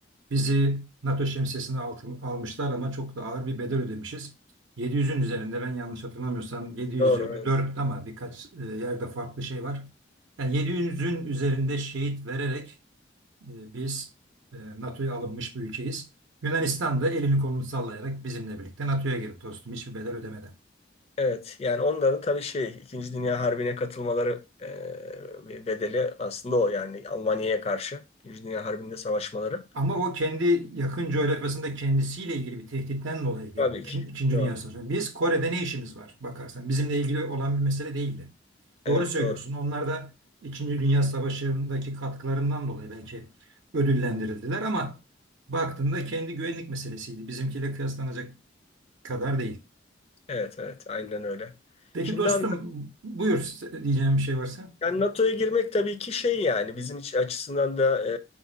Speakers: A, on the right; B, on the left.
A: Bizi NATO şemsiyesine altın- almışlar ama çok da ağır bir bedel ödemişiz. 700'ün üzerinde ben yanlış hatırlamıyorsam 724
B: Doğru, evet.
A: ama birkaç e, yerde farklı şey var. Yani 700'ün üzerinde şehit vererek e, biz e, NATO'ya alınmış bir ülkeyiz. Yunanistan da elini kolunu sallayarak bizimle birlikte NATO'ya girdi dostum hiçbir bedel ödemeden.
B: Evet, yani onların tabii şey, İkinci Dünya Harbi'ne katılmaları e, bir bedeli aslında o yani Almanya'ya karşı İkinci Dünya Harbi'nde savaşmaları.
A: Ama o kendi yakın coğrafyasında kendisiyle ilgili bir tehditten dolayı girdi.
B: Tabii
A: İkin-
B: ki.
A: İkinci
B: Doğru.
A: Dünya Savaşı'na. Biz Kore'de ne işimiz var bakarsan. Bizimle ilgili olan bir mesele değildi. Doğru
B: Evet
A: söylüyorsun.
B: doğru.
A: Onlar da İkinci Dünya Savaşı'ndaki katkılarından dolayı belki ödüllendirildiler ama baktığında kendi güvenlik meselesiydi. Bizimkiyle kıyaslanacak kadar değil.
B: Evet evet aynen öyle.
A: Peki
B: Şimdi
A: dostum
B: abi
A: buyur diyeceğim bir şey varsa.
B: yani NATO'ya girmek tabii ki şey yani bizim iç açısından da e,